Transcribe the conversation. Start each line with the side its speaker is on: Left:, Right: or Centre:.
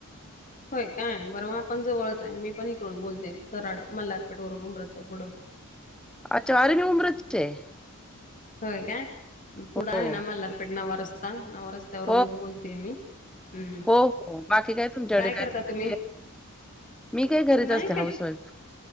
Left: होय काय? बरं मग आपण जवळच आहे. मी पण इकडून बोलतेय कराड मल्हारपेठवरून उब्रजच्या पुढं.
Centre: अच्छा आरे मी उब्रजचीच आहे.
Left: होय काय? पुढं
Centre: हो,
Left: आहे ना मल्हारपेठ नवारस्ता नवारस्त त्यावरूनच
Centre: हो.
Left: बोलते मी. हम्म,
Centre: हो, हो. बाकी तुमच्याकडे
Left: काय करता
Centre: स्पेशल?
Left: तुम्ही?
Centre: मी काय घरीच
Left: नाही
Centre: असते हाऊसवाईफ.
Left: काय